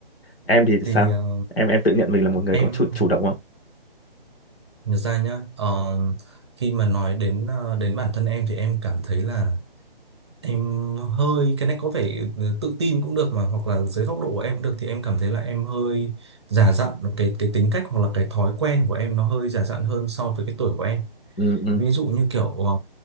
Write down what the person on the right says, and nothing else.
thì
ờ,
em
nhớ ra nhá ờ, khi mà nói đến ờ, đến bản thân em thì em cảm thấy là em hơi cái này có vẻ ờ, tự tin cũng được mà hoặc là dưới góc độ của em cũng được thì em cảm thấy là em hơi già dặn cái cái tính cách hoặc là cái thói quen của em nó hơi già dặn hơn so với cái tuổi của em
Ví dụ như kiểu ờ,